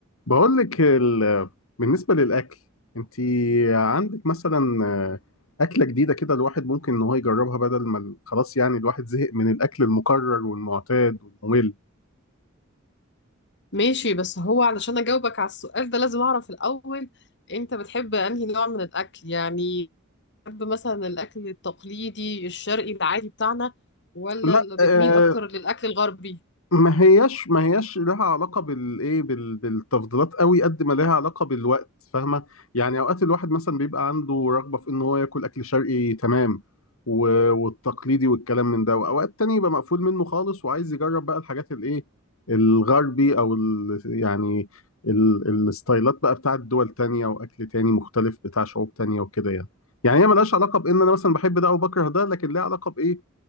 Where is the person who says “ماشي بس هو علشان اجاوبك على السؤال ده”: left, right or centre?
Left